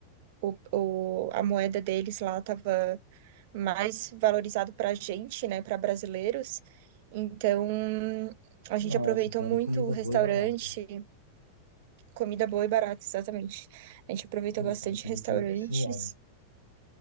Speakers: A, on the right (about 50°); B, on the right (about 80°).
A: o, o, a moeda deles lá tava mais valorizado pra gente, né, pra brasileiros. Então, a gente
B: Nossa,
A: aproveitou
B: então
A: muito
B: era comida
A: o restaurante,
B: boa e barata.
A: comida boa e barata, exatamente. A gente aproveitou
B: Nossa,
A: bastante
B: era tudo
A: restaurantes.
B: que eu precisava.